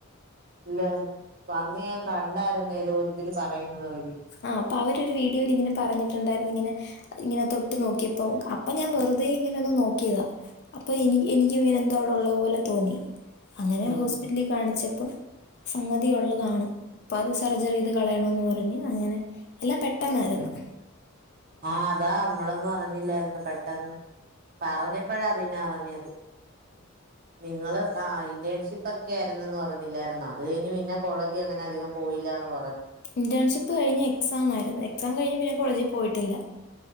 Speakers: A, on the right; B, on the left.
A: ഇല്ല അന്ന് ഞാൻ കണ്ടായിരുന്നു ഏതോ ഒരുതിൽ പറയുന്നത് അവര്
B: ആഹ് അപ്പോ അവരൊരു വീഡിയോയിൽ ഇങ്ങനെ പറഞ്ഞിട്ട്ണ്ടായിരുന്നു ഇങ്ങനെ ഇങ്ങനെ തൊട്ട് നോക്കിയപ്പോ അപ്പൊ ഞാൻ വെറുതെ ഇങ്ങനെ ഒന്ന് നോക്കിയതാ അപ്പൊ എനി എനിക്ക്ങ്ങനെ എന്തോ അവിടെ ഉള്ളതു പോലെ തോന്നി അങ്ങനെ
A: ഉം
B: ഹോസ്പിറ്റലിൽ കാണിച്ചപ്പം സംഗതി ഉള്ളതാണ് അപ്പ അത് സർജറി ചെയ്ത് കളയണംന്ന് പറഞ്ഞു അങ്ങനെ എല്ലാം പെട്ടെന്നായിരുന്നു
A: ആഹ് അതാ മ്മളൊന്നും അറിഞ്ഞില്ലായിരുന്നു പെട്ടെന്ന് പറഞ്ഞപ്പഴാ പിന്നെ അറിഞ്ഞത്
B: <unintelligible>
A: നിങ്ങൾ ആഹ് ഇന്റേൺഷിപ്പ് ഒക്കെ ആയിരുന്നെന്ന് പറഞ്ഞില്ലായിരുന്നോ അത് കഴിഞ്ഞ് പിന്നെ കോളേജില് അങ്ങനെ അധികം പോയില്ലാന്ന് പറഞ്ഞു
B: ഇന്റേൺഷിപ്പ് കഴിഞ്ഞ് എക്സാമായിരുന്നു എക്സാം കഴിഞ്ഞ് പിന്നെ കോളേജിൽ പോയിട്ടില്ല